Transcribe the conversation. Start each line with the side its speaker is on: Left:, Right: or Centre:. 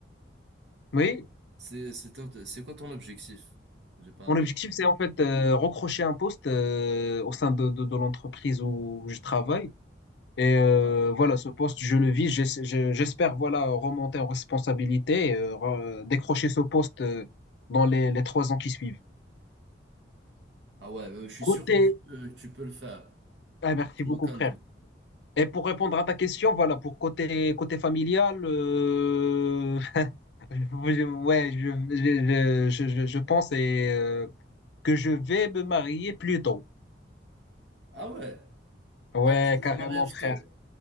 Left: oui,
Right: C'est c'est ton- c'est quoi ton objectif? J'ai pas,
Left: mon objectif,
Right: j'ai pas entendu.
Left: c'est en fait euh, recrocher un poste euh, au sein de, de, de l'entreprise où je travaille. Et euh,
Right: Ouais.
Left: voilà, ce poste, je le vis. J'ess- je- J'espère voilà remonter en responsabilité, et, euh, re- décrocher ce poste euh, dans les, les trois ans qui suivent.
Right: Ah ouais, euh, je suis
Left: Côté
Right: sûr que tu peux, tu peux le faire.
Left: Ah, merci
Right: J'ai
Left: beaucoup,
Right: aucun
Left: frère.
Right: doute.
Left: Et pour répondre à ta question, voilà, pour côté, côté familial, euh, <laughs> je- ouais, je, je, je, je- je pense et, euh, que je vais me marier plus tôt.
Right: Ah ouais,
Left: Ouais,
Right: t'envisages
Left: carrément,
Right: le mariage
Left: frère.
Right: tôt.